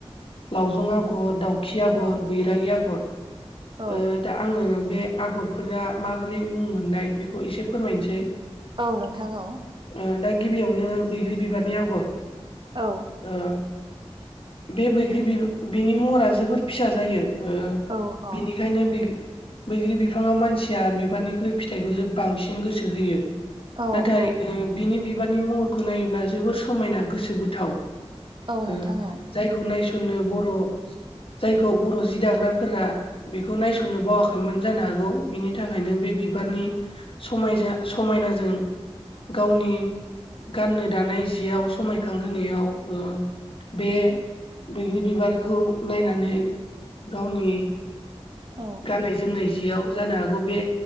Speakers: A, on the left; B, on the right.
A: लावजं आगर दाउखि आगर
B: औ
A: बैरागि आगर
B: औ
A: ओ दा आङो बे आगरफोरा माबोरै मुं मोननाय बेखौ एसे फोरमायनोसै
B: औ नोंथां औ
A: ओ दा गिबियावनो बैग्रि बिबारनि आगर
B: औ।
A: ओ बे बैग्रि बि बिनि महरा जोबोर फिसा जायो। ओ
B: औ अ
A: बिनिखायनो बैग्रि बैग्रि बिफाङाव मानसिया बिबारनिख्रुइ फिथाइखौसो बांसिन गोसो होयो।
B: औ
A: नाथाय
B: औ
A: उम बिनि बिबारनि महरखौ नायोब्ला जोबोर समायना गोसो बोथाव। ओ
B: औ नोंथां औ
A: जायखौ नायसननो बर' जायखौ बर' जि दाग्राफोरा बेखौ नायसननो बावाखै। सैमोन जानो हागौ बिनि थाखायनो बे बिबारनि समाय समायनाजों गावनि गाननो दानाय जियाव समायखांहायाव ओ बे बैग्रि बिबारखौ नायनानै गावनि
B: औ
A: गाननाय जोमनाय जियाव जानो हागौ बे